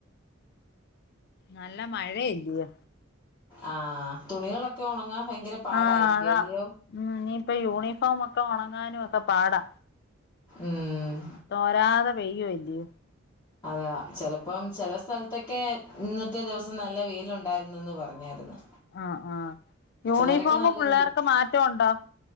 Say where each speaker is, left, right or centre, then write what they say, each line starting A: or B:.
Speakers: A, on the left; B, on the left.
A: നല്ല മഴ ഇല്ലയേ
B: ആഹ തുണികളൊക്കെ ഉണങ്ങാ ഭയങ്കര പാടായിരിക്കുവ
A: ആഹ് അതാ
B: അല്ലിയോ
A: ഉം ഇനിയിപ്പ യൂണിഫോം ഒക്കെ ഉണങ്ങാനും ഒക്കെ പാടാ
B: ഉം
A: തോരാതെ പെയുയി അ
B: അതാ ചല അപ്പം ചില സ്ഥലത്തൊക്കെ ഇന്നത്തെ ദിവസം നല്ല വെയിലുണ്ടായിരുന്നുെന്ന് പറഞ്ഞായിരുന്നു
A: ആ ആ യൂണിഫോമ
B: ചിലരൊക്കെ നല്ല
A: പിള്ളേർക്ക്
B: രീതി
A: മാറ്റംണ്ടോ